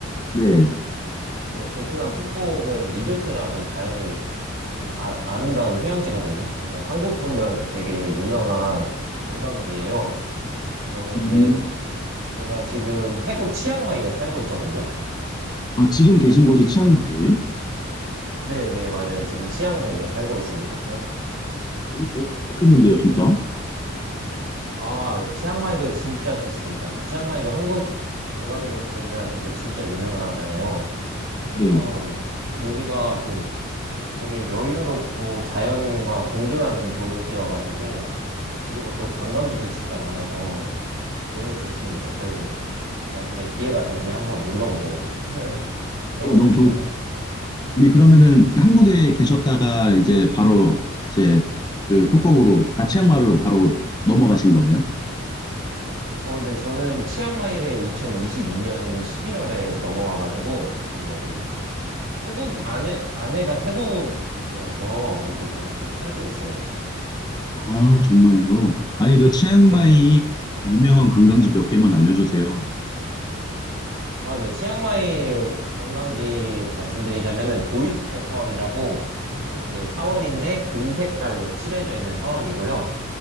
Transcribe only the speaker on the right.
네, 베트남 푸꾸옥은 리조트랑 그 자연이 좀 아, 아름다운 휴양지거든요. 그래서 한국 분들한테 되게 유명한 관광지예요. 저는 이제,
제가 지금 태국 치앙마이에 살고 있거든요.
그래서,
네네, 맞아요. 지금 치앙마이에 살고 있습니다.
<laughs> 아, 치앙마이도 진짜 좋습니다. 치앙마이도 한국 관광객분들한테도 진짜 유명하잖아요. 한번
여기가 또 되게 여유롭고 자연과 공존하는 도시여가지고 그리고 또 관광지도 진짜 많아서 너무 좋습니다. 그래서 나중에 기회가 되시면 한번 놀러 오세요. 너무
좋습니다.
어, 네, 저는 치앙마이를 2022년 11월에 넘어와가지고 지금 여기 태국 아내 아내가 태국인이어서 여기서 쭉 살고 있어요, 지금.
네.
아, 네. 치앙마이 관광지 말씀드리자면은 도이스텝 사원이라고 거긴 이제 사원인데 금색깔로 칠해져 있는 사원이고요.